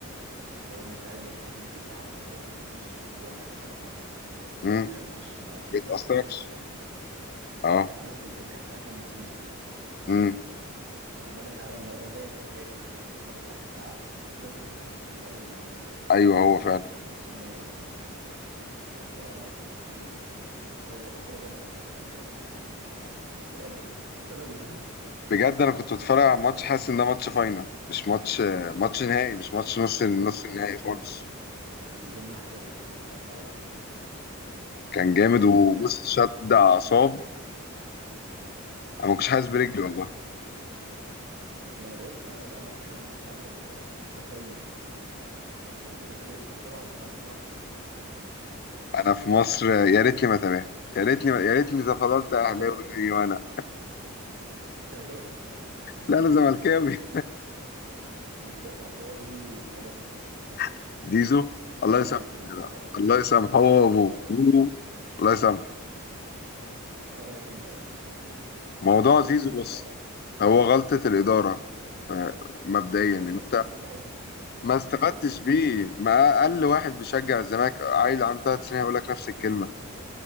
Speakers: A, on the right; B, on the left.
A: اللي هو فعلا لما حد بيجي يزعق هو ما فيش هو اللي حسبه حسبه
B: امم
A: ما بيتهزش ما مثلا
B: بيتأثرش
A: بتاع الكلاسيكو اللي فات
B: اه
A: اه بتاع الكلاسيكو اللي فات كان حكم مهزوز كده
B: امم
A: انما ده فعلا لا ده باين باين عليه انه ما ده بتاع كاس العالم وده اللي جه حكم ماتش الاهلي والزمالك
B: ايوه هو فعلا
A: ماتش هناك ده فلا بصراحه الكوره بره الكوره بره غير- انت شفت الكوره في مصر يا عم ها ايه القرف ده تلوث
B: بجد انا كنت بتفرج على الماتش حاسس ان ده ماتش فاينل مش ماتش ماتش نهائي مش ماتش نص نص
A: لا لا
B: النهائي
A: فعلا
B: خالص
A: من ضمن احسن الماتشات اللي شفتها في حياتي
B: كان جامد
A: حاجه
B: وبص
A: يعني
B: شد
A: حاجه
B: اعصاب انا ما كنتش حاسس برجلي
A: و... يعني
B: والله
A: أنا بقول فعلا لا لا حاجه نظيفه انا اتبسطت اتبسطت قوي انت انت أنت متابع مثلا الكوره في مصر؟
B: انا في مصر يا ريتني ما تابعت يا ريتني يا ريتني إذا فضلت
A: لا
B: اهلاوي
A: حوار
B: زي ما انا
A: <laughs> انت كنت اهلاوي؟
B: لا انا زملكاوي
A: انت حوار زيزو والكلام ده
B: <laughs> زيزو الله
A: رايك
B: يسامحه
A: ايه؟
B: يا جدع
A: اه رايك
B: الله يسامحه هو وابوه
A: لا رأ...
B: أبوه، الله يسامحه
A: ما هو رايك ايه انت في الموضوع؟
B: موضوع
A: غلطة
B: زيزو
A: مين في
B: بص
A: الاول؟
B: هو غلطة الإدارة آه، مبدئيا
A: ب...
B: انت
A: بس انا كنت عايز اسمع ليه؟
B: ما
A: انا
B: استفدتش
A: كنت عايز اسمع ليه؟
B: بيه ما اقل واحد بيشجع الزمالك عيل عنده ثلاث سنين هيقول لك نفس الكلمه